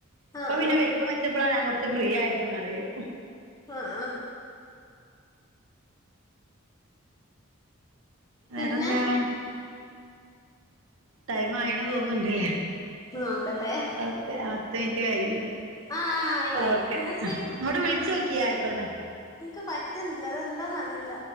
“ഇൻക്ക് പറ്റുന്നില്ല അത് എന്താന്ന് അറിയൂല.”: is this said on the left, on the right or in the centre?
Left